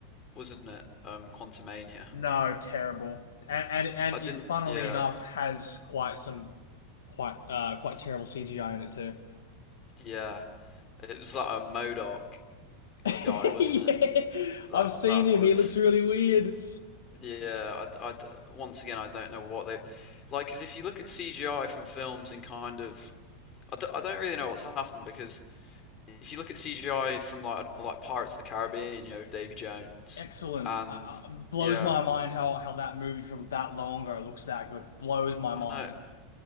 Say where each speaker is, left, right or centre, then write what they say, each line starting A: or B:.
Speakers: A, on the left (about 35°); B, on the left (about 70°).
A: wasn't it? Um, Quantumania.
B: No, terrible. And and
A: I
B: and
A: didn't.
B: it funnily
A: Yeah,
B: enough has quite some quite uh quite terrible CGI in it too.
A: yeah. It was that a Modoc
B: <laughs>
A: guy, wasn't
B: Yeah.
A: it? That
B: I've seen
A: that
B: him.
A: was.
B: He looks really weird.
A: Yeah. I, I- once again, I don't know what they like. Because if you look at CGI from films in kind of I d- I don't really know what's happened because if you look at CGI from like like Pirates of the Caribbean, you know Davy Jones,
B: Excellent.
A: and
B: Uh, uh, blows
A: yeah,
B: my mind how how that movie from that long ago looks that good. Blows my mind.
A: I know.